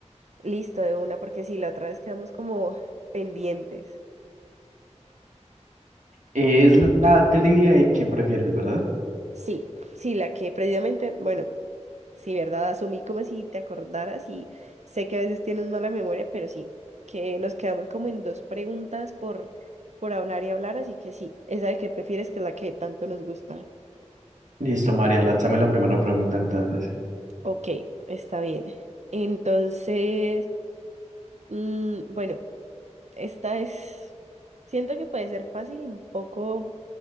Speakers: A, on the right; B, on the right.
A: Listo, de una, porque sí, la otra vez quedamos como pendientes.
B: Es la trivia de qué prefieres, ¿verdad?
A: Sí, sí, la que precisamente, bueno, sí, ¿verdad? Asumí como si te acordaras y sé que a veces tienes mala memoria, pero sí, que nos quedamos como en dos preguntas por, por hablar y hablar, así que sí, esa de que prefieres que es la que tanto nos gusta.
B: Listo, María, lánzame la primera pregunta entonces.
A: Ok, está bien. Entonces, mm, bueno, esta es, siento que puede ser fácil, un poco